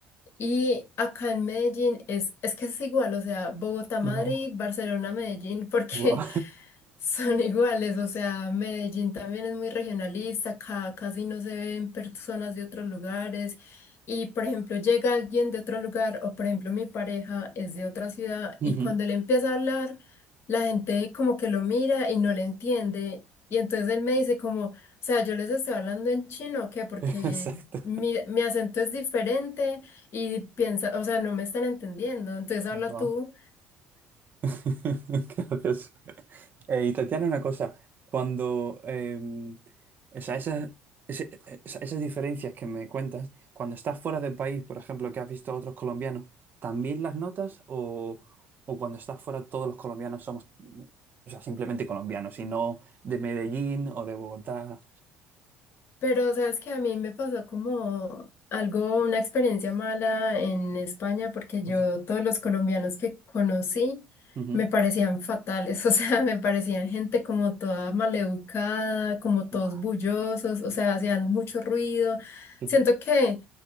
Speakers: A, on the left; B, on the right.
A: Y acá en Medellín es, es que es igual, o sea, Bogotá, Madrid,
B: Guau,
A: Barcelona, Medellín, <laughs> porque
B: guau.
A: son iguales, o sea, Medellín también es muy regionalista, ca- casi no se ven personas de otros lugares y, por ejemplo, llega alguien de otro lugar o, por ejemplo, mi pareja es de otra ciudad
B: <laughs>
A: y cuando él empieza a hablar, la gente como que lo mira y no le entiende y entonces él me dice como, o sea, yo les estoy hablando en chino, ¿o ¿qué? Porque
B: <laughs> Exacto.
A: mi, mi acento es diferente y piensa, o sea, no me están entendiendo, entonces habla
B: No.
A: tú.
B: <laughs> Qué gracioso. Eh, y Tatiana, una cosa, cuando em, o sea, esas, ese- esa- esas diferencias que me cuentas, cuando estás fuera del país, por ejemplo, que has visto a otros colombianos, ¿también las notas o, o cuando estás fuera todos los colombianos somos, o sea, simplemente colombianos y no de Medellín o de Bogotá?
A: Pero sabes que a mí me pasó como algo, una experiencia mala en España, porque yo
B: No sé.
A: todos los colombianos que conocí
B: Ujú.
A: me parecían fatales, <laughs> o sea, me parecían gente como toda maleducada, como todos
B: Buah,
A: bullosos, o sea, hacían mucho ruido.
B: qué-
A: Siento que,